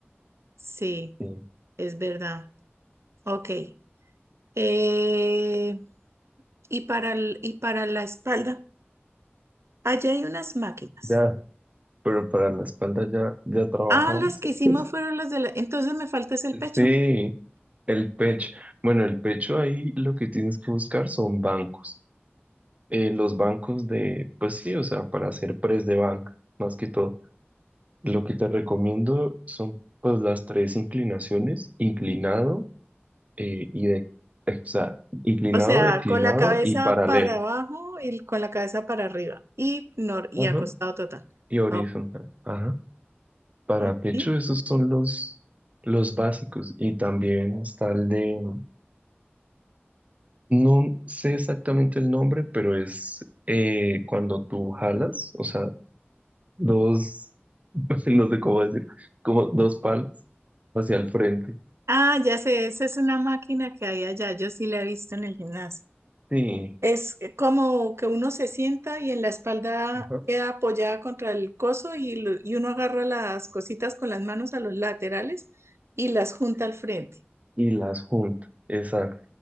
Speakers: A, on the right; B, on the right.
A: Sí,
B: sí.
A: es verdad. Ok. Eh, y para el- y para la espalda, allá hay unas máquinas.
B: Ya Pero para la espalda ya, ya trabajamos.
A: Ah, las que
B: esto.
A: hicimos fueron las de la... Entonces me falta es el pecho.
B: Sí, el pecho. Bueno, el pecho ahí lo que tienes que buscar son bancos. Eh, los bancos de, pues sí, o sea, para hacer press de banca, más que todo. Lo que te recomiendo son pues las tres inclinaciones, inclinado eh, y de, eh, o sea, inclinado,
A: O sea,
B: declinado
A: con la cabeza
B: y paralelo.
A: para abajo y con la cabeza para arriba. Y, nor y
B: Ajá.
A: acostado total.
B: Y horizontal.
A: Ah, Ok.
B: Ajá. Para
A: ok.
B: pecho, esos son los, los básicos. Y también está el de... No sé exactamente el nombre, pero es eh, cuando tú jalas, o sea, dos, <laughs> no sé cómo decir, como dos palas hacia el frente.
A: Ah, ya sé, esa es una máquina que hay allá. Yo sí la he visto en el gimnasio.
B: Sí,
A: Es como que uno se sienta y en la espalda
B: Ajá.
A: queda apoyada contra el coso y, lo- y uno agarra las cositas con las manos a los laterales y las junta
B: sí.
A: al frente.
B: y las juntas. Exacto,